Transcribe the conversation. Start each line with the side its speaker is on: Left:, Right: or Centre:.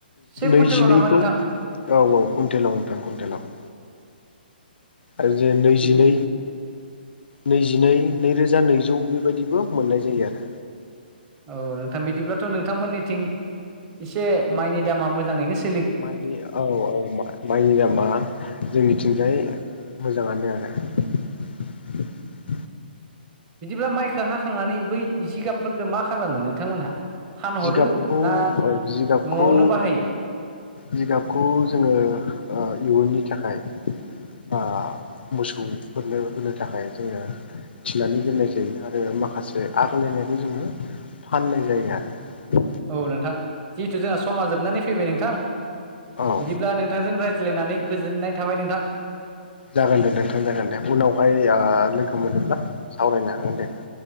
Right: से
Left: नैजिनैखौ
Right: कुइन्टेलाव नामा नोंथां
Left: औ औ कुइन्टेलाव नोंथां कुइन्टेलाव आरोदि नैजिनै
Right: बिदि
Left: नैजि जिनै नैरोजा नैजौ बेबायदिबो मोननाय जायो आरो
Right: औ नोंथां बिदिब्लाथ' नोंथांमोननिथिं एसे माइनि दामा मोजाङैनो स
Left: माइनि औ औ माइनि दामा जोंनिथिंजाय मोजाङानो आरो <unintelligible>
Right: बिदिब्ला माइखो हाखांनानै बै जिगाबफोरखौ मा खालामो? नोंथांमोनहा फानहरो
Left: जिगाबखौ
Right: ना
Left: औ जिगाबखौ
Right: न'आवनो बाहायो
Left: जिगाबखौ जोङो इयुननि थाखाय मोसौफोरनो होनो थाखाय जोङो फिनानै दोननाय जायो आरो माखासे आगायलायनायखौ जोङो फाननाय जायो आरो
Right: औ नोंथां जिहेथु जोंहा समा जोबनानै फैबाय नोंथां
Left: औ
Right: बिदिब्ला नोंथांजों रायज्लायनानै गोजोननाय थाबाय नोंथां
Left: जागोन दे नोंथां जागोन दे उनावहाय लोगो मोनोब्ला सावरायनो हागोन दे